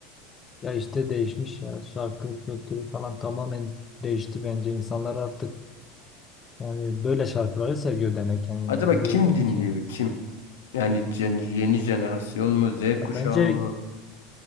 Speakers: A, on the left (about 25°); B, on the left (about 85°).
A: Ya işte değişmiş ya. Şarkı kültürü falan tamamen değişti bence. İnsanlar artık yani böyle şarkıları seviyor demek yani.
B: Acaba
A: Ne
B: kim
A: diyebilirim
B: dinliyor
A: ki?
B: kim? Yani gen- yeni jenerasyon mu? Z
A: Ya
B: kuşağı
A: bence
B: mı?